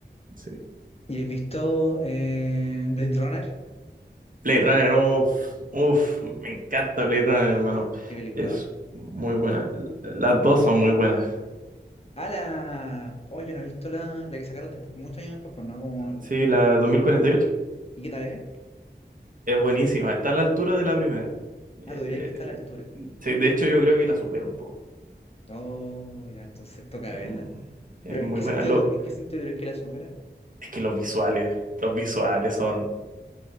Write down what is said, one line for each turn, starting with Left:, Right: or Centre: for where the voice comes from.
Right: Sí.
Left: ¿Y has visto eh, Blade Runner?
Right: Blade Runner, uff, uff, me encanta Blade Runner, hermano.
Left: ¿Qué película?
Right: Es
Left: ¿no?
Right: muy buena. L- Las dos son muy buenas.
Left: Ah, la... Oh, yo no he visto la, la que sacaron después, muchos años después, pues no, como... el-
Right: Sí, la 2048
Left: ¿Y qué tal es?
Right: es buenísima, está a la altura de la primera. Eh,
Left: Ah, tú dirías
Right: eh,
Left: que está
Right: eh,
Left: a la altura.
Right: sí, de hecho, yo creo que la supera un poco.
Left: Oh, ya, entonces toca
Right: Es,
Left: verla.
Right: mu- es
Left: Pero
Right: muy
Left: ¿en qué
Right: buena.
Left: sentido,
Right: Lo-
Left: tú- en qué sentido crees que la supera?
Right: es que los visuales, los visuales son